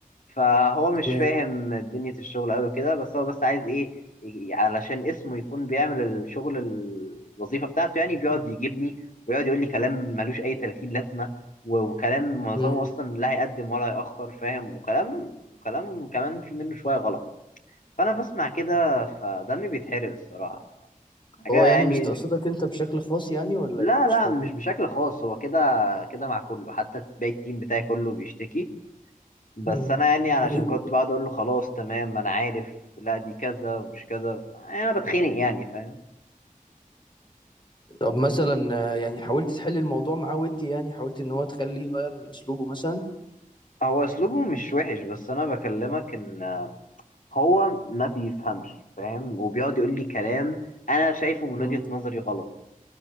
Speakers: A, on the left (about 65°); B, on the left (about 35°).
A: فهو مش
B: تمام
A: فاهم دنيا الشغل قوي كده بس هو بس عايز ايه ي- علشان اسمه يكون بيعمل الشغل الوظيفة بتاعته يعني بيقعد يجيبني ويقعد يقول لي كلام ملوش اي 30 لازمة و- وكلام معظمه
B: مم.
A: اصلا لا هيقدم ولا هيأخر فاهم وكلام وكلام كمان في منه شوية غلط فانا بسمع كده فدمي بيتحرق الصراحة حاجة
B: هو يعني
A: يعني
B: مستقصدك انت بشكل خاص يعني ولا
A: لا
B: ايه مش
A: لا
B: فاهم
A: مش بشكل خاص هو كده كده مع كله حتى باقي التيم بتاعي كله بيشتكي بس
B: مم.
A: انا يعني علشان
B: مم.
A: كنت بقعد اقول له خلاص تمام انا عارف لا دي كذا ومش كذا يعني انا بتخنق يعني فاهم
B: طب مثلا آه، يعني حاولت تحل الموضوع معاه ودي يعني حاولت ان هو تخليه يغير من اسلوبه مثلا
A: هو اسلوبه مش وحش بس انا بكلمك ان هو ما بيفهمش فاهم وبيقعد يقول لي كلام انا شايفه من
B: مم.
A: وجهة نظري غلط